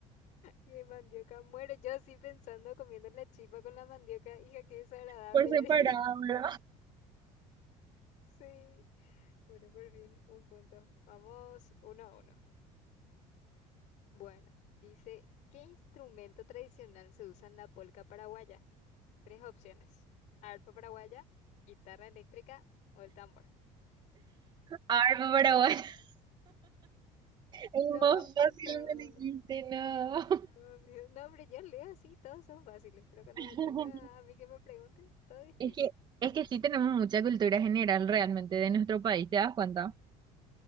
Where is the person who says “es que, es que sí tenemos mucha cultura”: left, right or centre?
Right